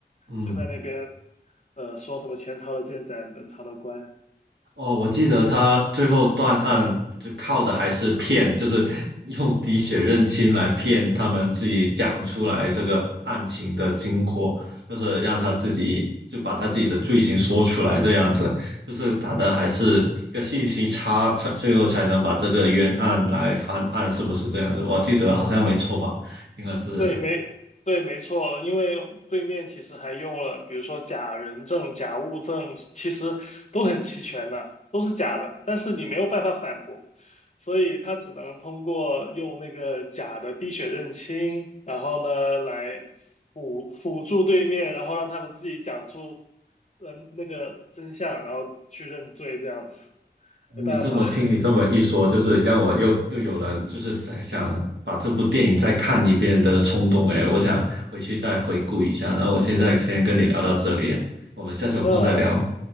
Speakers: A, on the right; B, on the left.
A: 嗯。
B: 就在那边呃说什么前朝的建盏，本朝的官。
A: 哦，我记得他最后断案就靠的还是骗，就是用滴血认亲来骗他们自己讲出来这个案情的经过，
B: 嗯。
A: 就是让他自己就把他自己的罪行说出来，这样子，就是打的还是一个信息差，才最后才能把这个冤案来翻案，是不是这样子？我记得好像没错吧，应该是
B: 对，没对，没错，因为对面其实还用了，比如说假人证、假物证，其实都很齐全的，都是假的，但是你没有办法反驳，所以他只能通过用那个假的滴血认亲，然后呢来辅辅助对面，然后让他们自己讲出嗯、呃那个真相，然后去认罪，这样子，没办法，
A: 你这么听，
B: <laughs>
A: 你这么一说，就是让我又又有了，就是在想把这部电影再看一遍的冲动。哎，我想回去再回顾一下。那我现在先跟你聊到这里，我们下次有空再聊。
B: 嗯